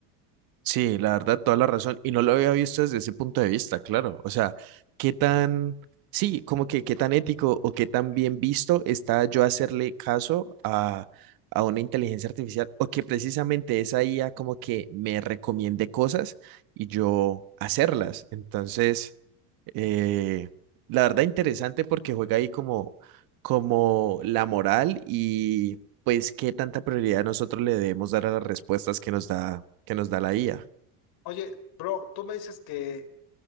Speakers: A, on the right; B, on the left.
A: Sí, la verdad, toda la razón. Y no lo había visto desde ese punto de vista, claro. O sea, qué tan, sí, como que qué tan ético o qué tan bien visto está yo hacerle caso a, a una inteligencia artificial o que precisamente esa IA como que me recomiende cosas y yo hacerlas. Entonces, eh, la verdad, interesante porque juega ahí como, como la moral pues qué tanta prioridad nosotros le debemos dar a las respuestas que nos da, que nos da la IA.
B: Oye, bro, tú me dices que